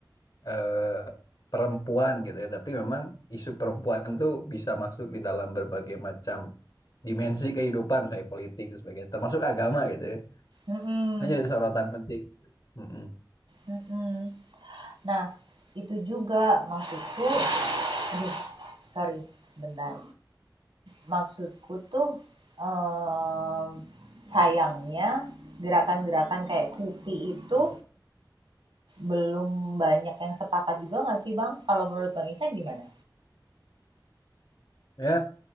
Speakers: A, on the left; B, on the right.
A: eh, perempuan gitu ya. Tapi memang isu perempuan tuh bisa masuk di dalam berbagai macam dimensi kehidupan, misalnya politik dan sebagainya, termasuk agama gitu ya.
B: Mm-mm.
A: Hanya jadi sorotan penting. Mm-mm.
B: Mm-mm. Nah, itu juga maksudku aduh, sorry, bentar. Maksudku tuh em, sayangnya gerakan-gerakan kayak Kupi itu Belum banyak yang sepakat juga nggak sih, Bang? Kalau menurut Bang Ihsan gimana?
A: Ya,